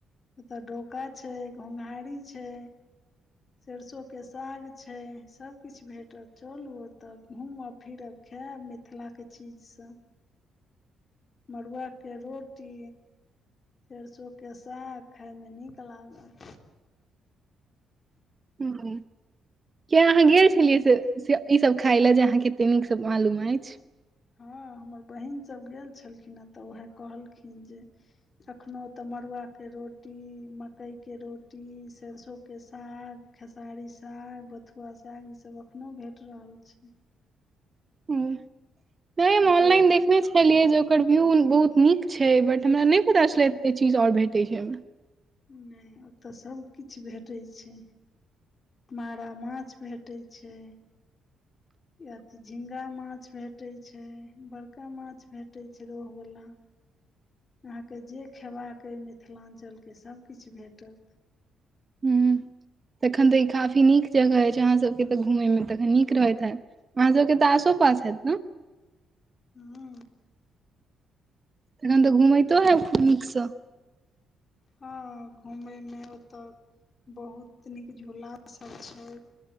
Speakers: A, on the left; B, on the right.
A: ओतऽ डोका छै घुँघहारी छै सरसों के साग छै सभ किछ भेटत चलू ओतऽ घूमब फिरब खैब मिथिलाके चीज सब मड़ुआ के रोड कट्टी सरसों के साग खााय मे नीक लागल
B: हू ह किया अहाँ गेल छलियै से ई सब खााय ले जे अहाँके कते नीक से मालूम अछि
A: हँ हमर बहिन सब गेल छलखिने तऽ उएह कहलखिन जे एखनोहु तऽ मड़ुआके रोड रोटी मकइके रोटी सरसों साग खेसारी साग बथु सुहस सागई सब एखनोहु भेट रहल छै
B: ह नहि ओनलाइन
A: डोका
B: देखने छी देखेलिए जे ओकर व्यू बहुत नीक छै बट हमरा नहि पता छले चीज और भेटे छै ओ मे
A: नहि ओतऽ सब किछ भेटे छै मारा माछ भेटै छै याह अथी झिंगा माछ भेटे छै बड़का माछ भेटे छै रहो वला
B: <inaudible>
A: अहाँकेँ जे खयबाक अइ मिथिलांचल सभ किछ भेटत
B: हूँ तखन तऽ ई काफी नीक जगह अछि अहाँ सबके तऽ घूमय मे तखन नीक रहैत हैत अहाँसभ तऽ आसो पास हैत न
A: <unintelligible>
B: तखन तऽ घुमैतो है खूब नीकसँ
A: ह घूमे में ओत बहुत नीक झूला सब छै